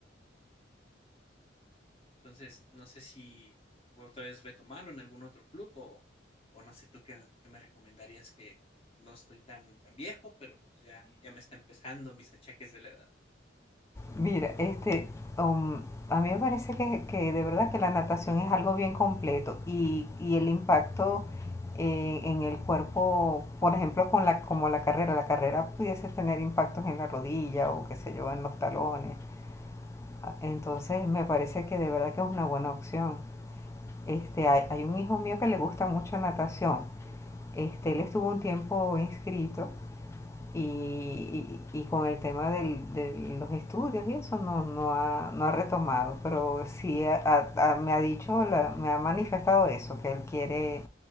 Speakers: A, on the left; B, on the left.
A: Entonces, no sé si voy otra vez retomarlo en algún otro club o, o no sé tú qué, qué me recomendarías que no estoy tan, tan viejo, pero pues ya, ya me está empezando mis achaques de la edad.
B: Mira, este, um, a mí me parece que, que de verdad que la natación es algo bien completo y, y el impacto eh, en el cuerpo, por ejemplo, con la, como la carrera, la carrera pudiese tener impactos en la rodilla o qué sé yo, en los talones. Ah, Entonces me parece que de verdad que es una buena opción. Este, hay, hay un hijo mío que le gusta mucho natación. Este,
A: Ujú.
B: él estuvo un tiempo inscrito y, y, y con el tema del, de los estudios y eso no, no, ha, no ha retomado, pero sí ha- ha- me ha dicho, la- me ha manifestado eso, que él quiere